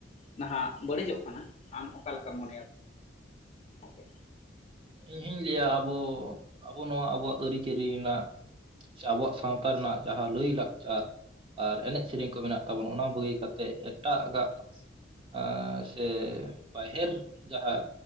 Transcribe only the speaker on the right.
ᱤᱧ ᱦᱚᱧ ᱞᱟᱹᱭᱟ ᱟᱵᱚ, ᱟᱵᱚ ᱱᱚᱣᱟ ᱟᱵᱚᱣᱟᱜ ᱟᱹᱨᱤᱪᱟᱹᱞᱤ ᱨᱮᱱᱟᱜ ᱥᱮ ᱟᱵᱚᱣᱟᱜ ᱥᱟᱶᱛᱟ ᱨᱮᱱᱟᱜ ᱡᱟᱦᱟᱸ ᱞᱟᱹᱭᱼᱞᱟᱠᱪᱟᱨ ᱟᱨ ᱮᱱᱮᱡ ᱥᱮᱨᱮᱧ ᱠᱚ ᱢᱮᱱᱟᱜ ᱛᱟᱵᱚᱱ, ᱚᱱᱟ ᱵᱟᱹᱜᱤ ᱠᱟᱛᱮ ᱮᱴᱟᱜᱟᱜ ᱟᱻᱥᱮ ᱵᱟᱭᱦᱮᱨ ᱡᱟᱦᱟᱸ